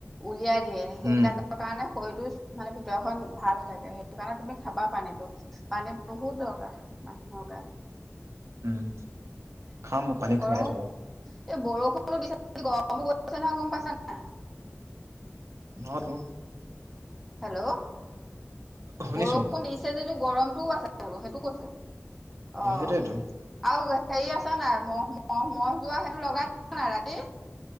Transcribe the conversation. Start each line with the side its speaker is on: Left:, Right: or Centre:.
Centre: উলিয়াই দিয়ে সেইবিলাকৰ
Right: উম
Centre: কাৰণে শৰীৰটোৰ মানে ভিতৰখন ভাল হৈ থাকে। সেইটো কাৰণে তুমি খাবা পানীতটো পানী বহুত দৰকাৰ মানুহৰ গাত।
Right: উম, খাম মই পানী খাই
Centre: গৰমো
Right: থাকো।
Centre: এই বৰষুণো দি গৰমো গছে নহয় গম পাইছা নাই?
Right: ন তো।
Centre: হেল্ল'
Right: শুনিছো
Centre: বৰষুণ দিছে য গৰমতটোও আছে বোলো সেইটো কৈছো। অ'
Right: সেইটোয়েতো
Centre: আৰু গ হেৰি আছ নাই মহ, মহ, মহ যোৱা সেইটো লগাই নাই ৰাতি